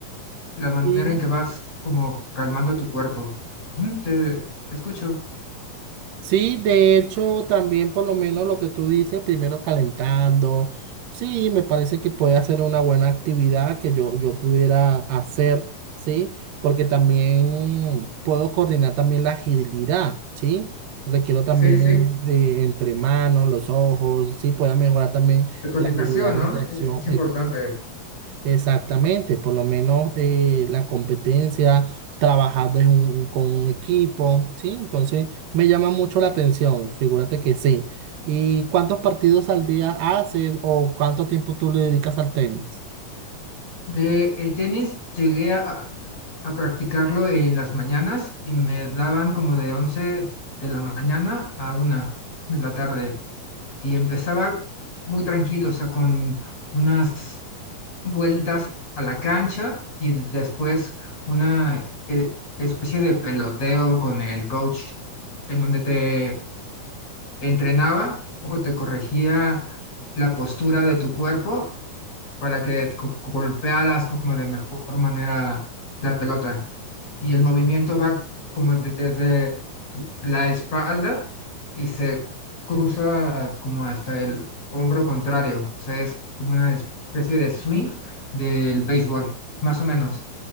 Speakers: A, on the left; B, on the right.
A: la manera
B: Y
A: en que vas como calmando tu cuerpo. Ujú, Te escucho.
B: sí, de hecho, también por lo menos lo que tú dices, primero calentando, sí, me parece que puede hacer una buena actividad que yo, yo pudiera hacer, sí, porque también puedo coordinar también la agilidad, sí. Requiero también
A: Sí, sí, sí.
B: eh, entre manos, los ojos, sí, pueda mejorar también
A: La coordinación,
B: la agilidad de
A: ¿no?
B: reacción,
A: Eh, Es importante.
B: Exactamente, por lo menos eh, la competencia, trabajar de un- con un equipo, ¿sí? Entonces me llama mucho la atención, figúrate que sí. ¿Y cuántos partidos al día haces o cuánto tiempo tú le dedicas al tenis?
A: De el tenis llegué a, a practicarlo en las mañanas y me daban como de 11 de la mañana a una de la tarde y empezaba muy tranquilo, o sea, con unas vueltas a la cancha y después una eh, especie de peloteo con el coach en donde te entrenaba o te corregía la postura de tu cuerpo para que co- golpearas como de mejor manera la pelota. Y el movimiento va como de- desde la espalda y se cruza como hasta el hombro contrario. O sea, es como una especie de swing del béisbol, más o menos.